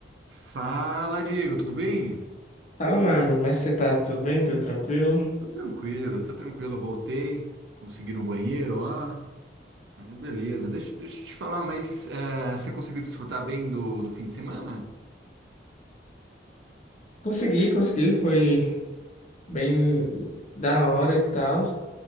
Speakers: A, on the right; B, on the left.
A: Fala, Diego, tudo bem?
B: Fala, mano, como é que você tá? Tudo bem? Tudo tranquilo?
A: Tô tranquilo, tô tranquilo. Voltei, consegui ir no banheiro lá. Aí, beleza, deixa, deixa eu te falar, mas eh, você conseguiu desfrutar bem do, do fim de semana?
B: Consegui, consegui, foi bem da hora e tal.